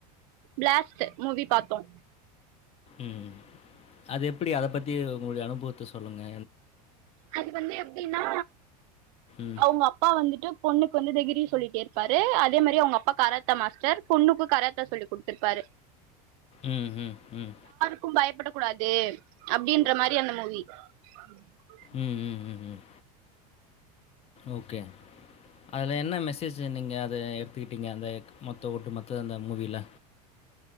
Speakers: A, on the right; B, on the left.
A: ப்ளேஸ்ட்டு மூவி பாத்தோ
B: ம் அது எப்புடி அத பத்தி உங்குளுடிய அனுபுவத்த சொல்லுங்க
A: அது வந்து எப்டின்னா
B: ம்
A: அவுங்க அப்பா வந்துட்டு பொண்ணுக் வந்து தெகிரி சொல்லிட்டே இருப்பாரு அதே மரி அவுங்க அப்பா கராத்த மாஸ்டர் பொண்ணுக்கு கராத்த சொல்லி் குட்த்துருப்பாரு
B: ம் ம் ம்
A: கு பயப்புக்கூடாது அப்டின்ற மாரி அந்த மூவி <inaudible>
B: ம் ம் ம் ம் ஓகே அதுல என்ன மெசேசு நீங்க அத எடுத்துக்குட்டிங்க அந்தக் மொத்த ஒட்டு மொத்த அந்த மூவில